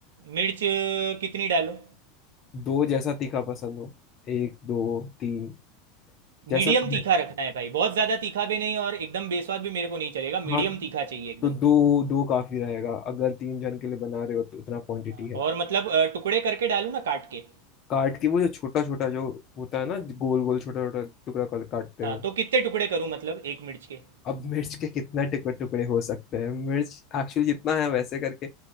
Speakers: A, on the right; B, on the left.
A: मिर्च अ, कितनी डालूँ
B: दो जैसा तीखा पसंद हो एक दो तीन जैसा
A: मीडियम
B: तुम्हें
A: तीखा रखना है भाई बहुत ज़्यादा तीखा भी नहीं और एकदम बेस्वाद भी मेरे को नहीं चलेगा
B: हाँ
A: मीडियम तीखा चाहिए एकदम
B: तो दो दो काफी रहेगा अगर तीन जन के लिए बना रहे हो तो उतना क्वांटिटी
A: हाँ,
B: है
A: और मतलब अ, टुकड़े करके डालूँ ना काट के
B: काट के वो जो छोटा छोटा जो होता है ना गोल गोल छोटा छोटा टुकड़ा कर काटते
A: हाँ
B: हो
A: तो कितने टुकड़े करूँ मतलब एक मिर्च के
B: अब मिर्च के कितना टुकड़े टुकड़े हो सकते हैं मिर्च एक्चुअली जितना है वैसे करके